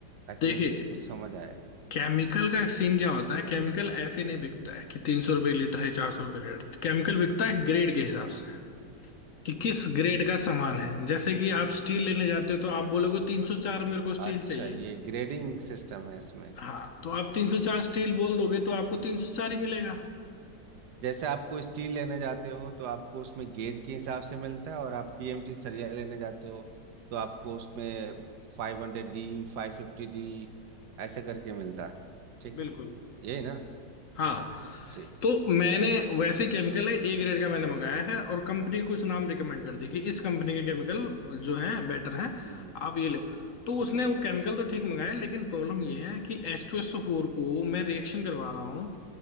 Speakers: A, on the right; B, on the left.
A: ताकि
B: देखिए
A: मुझे स- कुछ समझ आए
B: केमिकल का सीन क्या होता है केमिकल ऐसे नहीं बिकता है कि तीन सौ रुपये लीटर है चार सौ रुपये लीटर केमिकल बिकता है ग्रेड के हिसाब से कि किस ग्रेड का सामान है जैसे कि आप स्टील लेने जाते हो तो आप बोलोगे तीन सौ चार मेरे को स्टील
A: अच्छा
B: चाहिए
A: ये ग्रेडिंग सिस्टम है इसमें
B: हाँ तो आप तीन सौ
A: ठीक
B: चार स्टील बोल दोगे तो आपको तीन सौ चार ही मिलेगा
A: जैसे आपको स्टील लेने जाते हो तो आपको उसमें गेज के हिसाब से मिलता है और आप टीएमटी सरिया लेने जाते हो तो आपको उसमें five hundred D five fifty D ऐसे करके मिलता है ठीक
B: बिल्कुल
A: है यही ना
B: हाँ
A: ठीक
B: तो मैंने वैसे केमिकल है ए ग्रेड का मैंने मंगाया है और कंपनी कुछ नाम रिकमेंड कर दी कि इस कंपनी के केमिकल जो हैं बेटर हैं
A: हम्म हम्म
B: आप ये लो
A: अच्छा
B: तो उसने
A: बढ़िया
B: वो केमिकल तो ठीक मंगाए लेकिन प्रॉब्लम ये है कि एच टू एस ओ फोर को मैं रिएक्शन करवा रहा हूँ